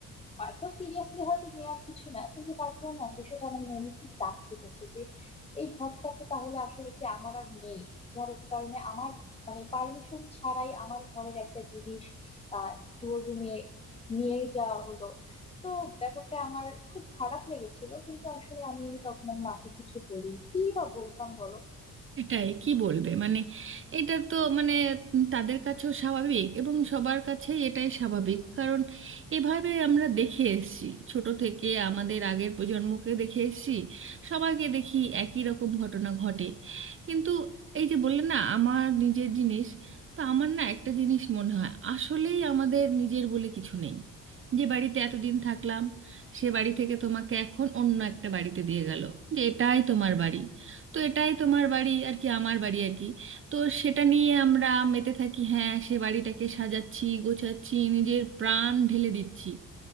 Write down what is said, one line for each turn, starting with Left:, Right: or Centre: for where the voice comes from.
Left: এত সিরিয়াসলি হয়তো নেওয়ার কিছু না কিন্তু তারপরে না বিষয়টা আমার মনে খুব দাগ কেটেছে যে এই ঘরটা তো তাহলে আসলে কি আমার আর নেই যার কারণে আমার মানে পারমিশন ছাড়াই আমার ঘরের একটা জিনিস আহ স্টোর রুমে নিয়ে যাওয়া হলো তো ব্যাপারটা আমার খুব খারাপ লেগেছিল কিন্তু আসলে আমি তখন আমার মাকে কিছু বলিনি কি বা বলতাম বলো
Right: এটাই কি বলবে মানে এটা তো মানে তাদের কাছেও স্বাভাবিক এবং সবার কাছেই এটাই স্বাভাবিক কারণ এভাবে আমরা দেখে এসেছি ছোট থেকে আমাদের আগের প্রজন্মকে দেখে এসেছি সবাইকে দেখি একই রকম ঘটনা ঘটে কিন্তু এই যে বললে না আমার নিজের জিনিস তো আমার না একটা জিনিস মনে হয় আসলেই আমাদের নিজের বলে কিছু নেই যে বাড়িতে এতদিন থাকলাম সে বাড়ি থেকে তোমাকে এখন অন্য একটা বাড়িতে দিয়ে গেল যে এটাই তোমার বাড়ি তো এটাই তোমার বাড়ি আর কি আমার বাড়ি আর কি তো সেটা নিয়ে আমরা মেতে থাকি হ্যাঁ সে বাড়িটাকে সাজাচ্ছি গোছাচ্ছি নিজের প্রাণ ঢেলে দিচ্ছি